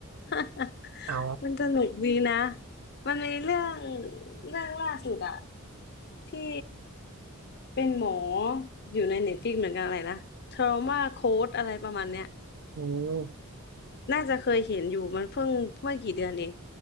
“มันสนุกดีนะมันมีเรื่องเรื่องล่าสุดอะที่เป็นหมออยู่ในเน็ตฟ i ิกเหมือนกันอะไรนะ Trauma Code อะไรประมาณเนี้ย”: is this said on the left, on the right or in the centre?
Left